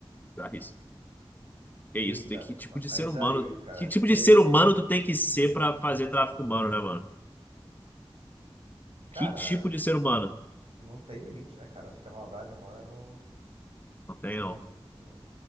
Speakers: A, on the left; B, on the right.
A: Bizarrice.
B: Eita,
A: Que isso, tem que
B: ma-
A: tipo de
B: mas
A: ser humano.
B: aí, cara,
A: Que tipo
B: você.
A: de ser humano tu tem que ser pra fazer tráfico humano, né, mano?
B: Cara,
A: Que tipo de ser humano?
B: não tem limite, né, cara? Acho que a maldade humana não,
A: Não
B: não
A: tem,
B: tem
A: não.
B: limite nenhum.